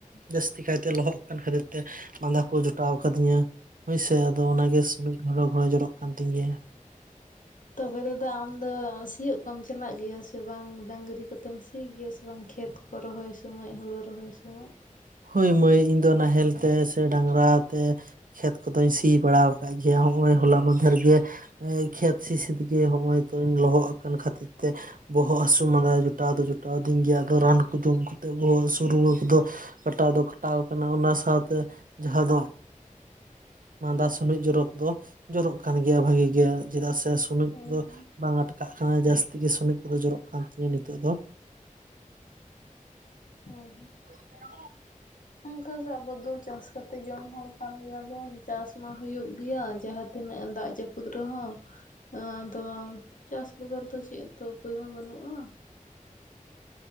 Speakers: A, on the right; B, on the left.
A: ᱡᱟᱹᱥᱛᱤ ᱠᱟᱭᱛᱮ ᱞᱚᱦᱚᱫ ᱠᱟᱱ ᱠᱷᱟᱹᱛᱤᱨ ᱛᱮ ᱢᱟᱸᱫᱟ ᱠᱚ ᱡᱚᱴᱟᱣ ᱠᱟᱹᱫᱤᱧᱟᱹ ᱦᱳᱭᱥᱮ ᱟᱫᱚ ᱚᱱᱟᱜᱮ ᱥᱩᱱᱩᱡ ᱜᱚᱲᱚ ᱜᱷᱚᱲᱚ ᱡᱚᱨᱚᱜ ᱠᱟᱱ ᱛᱤᱧ ᱜᱮᱭᱟ
B: ᱛᱚᱵᱮ ᱛᱮᱫᱚ ᱟᱢ ᱫᱚ ᱥᱤᱭᱚᱜ ᱠᱚᱢ ᱪᱟᱞᱟᱜ ᱜᱮᱭᱟ ᱥᱮ ᱵᱟᱝ ᱰᱟᱹᱝᱨᱤ ᱠᱚᱛᱮᱢ ᱥ ᱜᱮᱭᱟ ᱥᱮ ᱵᱟᱝ ᱠᱷᱮᱛ ᱠᱚ ᱨᱚᱦᱚᱭ ᱥᱳᱚᱢᱚᱭ ᱦᱳᱲᱳ ᱨᱚᱦᱚᱭ ᱥᱚᱢᱚᱭ
A: ᱦᱳᱭ ᱢᱟᱹᱭ ᱤᱧ ᱫᱚ ᱱᱟᱦᱮᱞ ᱛᱮ ᱥᱮ ᱰᱟᱝᱨᱟ ᱛᱮ ᱠᱷᱮᱛ ᱠᱚᱫᱚᱧ ᱥᱤ ᱵᱟᱲᱟᱣ ᱟᱠᱟᱫ ᱜᱮᱭᱟ ᱱᱚᱜᱼᱚᱭ ᱦᱚᱞᱟ ᱢᱚᱫᱽᱫᱷᱮᱨ ᱜᱮ ᱠᱷᱮᱛ ᱦᱥᱤᱫ ᱜᱮ ᱦᱚᱜᱼᱚᱭ ᱛᱚᱧ ᱞᱚᱦᱚᱫ ᱟᱠᱟᱱ ᱠᱷᱟᱹᱛᱤᱨ ᱛᱮ ᱵᱚᱦᱚᱜ ᱦᱟᱹᱟᱥᱩ ᱢᱟᱞᱫᱟ ᱡᱚᱴᱟᱣ ᱫᱚ ᱡᱚᱴᱟᱣ ᱟᱹᱫᱤᱧ ᱜᱮᱭᱟ ᱟᱫᱚ ᱨᱟᱱ ᱠᱚ ᱡᱚᱢᱛᱮᱫ ᱵᱚᱦᱚᱜ ᱦᱥᱩᱟᱹ ᱫᱚ ᱠᱟᱴᱟᱣ ᱫᱚ ᱠᱷᱴᱟᱣ ᱠᱟᱱᱟ ᱚᱱᱟ ᱥᱟᱶᱛᱮ ᱡᱟᱦᱟᱸ ᱫᱚ ᱢᱟᱫᱟ ᱥᱩᱱᱩᱡ ᱡᱚᱨᱚᱜ ᱫᱚ ᱡᱚᱨᱚᱜ ᱠᱟᱱ ᱜᱮᱭᱟ ᱵᱷᱟᱜᱤ ᱜᱮᱭᱟ ᱪᱮᱫᱟᱜ ᱥᱮ ᱥᱩᱱᱡ
B: ᱦᱩᱸ
A: ᱫᱚ
B: ᱦᱩᱸ
A: ᱵᱟᱝ ᱟᱴᱠᱟᱜ ᱠᱟᱱᱟ ᱡᱟᱹᱥᱛᱤ ᱜᱮ ᱥᱚᱢ ᱠᱚᱫᱚ ᱡᱚᱨᱚᱜ ᱠᱟᱱ ᱛᱤᱧᱟᱹ ᱱᱤᱛᱚᱜ ᱫᱚ
B: ᱦᱩᱸ
A: <unintelligible>
B: ᱚᱱᱠᱮ ᱟᱵᱚ ᱫᱚ ᱪᱟᱥ ᱠᱟᱛᱮ ᱡᱚᱢ ᱦᱚᱲ ᱠᱟᱱ ᱜᱮᱭᱟᱵᱚᱱ ᱪᱟᱥ ᱢᱟ ᱦᱩᱭᱩᱜ ᱜᱮᱭᱟ ᱡᱟᱦᱟᱸ ᱛᱱᱟᱹᱜ ᱫᱟᱜ ᱡᱟᱯᱩᱫ <unintelligible> ᱨᱮᱦᱚᱸ ᱟᱫᱚ ᱪᱟᱥ ᱵᱮᱜᱚᱨ ᱫᱚ ᱪᱮᱫ ᱛᱚ ᱩᱯᱟᱹᱭ ᱢᱟ ᱵᱟᱹᱱᱩᱜᱼᱟ